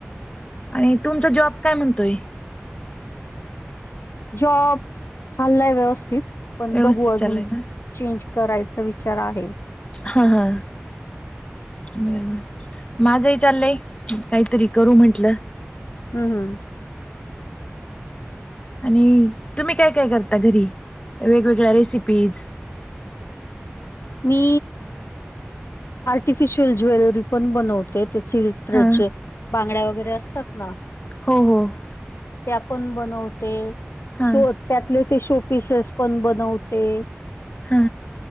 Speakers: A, on the left; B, on the left.
A: आणि तुमचा जॉब काय म्हणतोय?
B: जॉब चाललाय व्यवस्थित पण
A: व्यवस्थित
B: बघू अजून
A: चाललंय ना
B: चेंज करायचा विचार आहे.
A: हा हा. ब माझंही चाललंय. काहीतरी करू म्हंटलं.
B: हम् हम्म.
A: आणि तुम्ही काय काय करता घरी? वेगवेगळ्या रेसिपीज
B: मी आर्टिफिशिल ज्वेलरी पण बनवते ते सिल्क
A: हा
B: चे बांगड्या वगैरे असतात ना
A: हो हो.
B: ते पण बनवते
A: हां
B: शोध त्यातले ते शो पीसेस पण बनवते.
A: हा.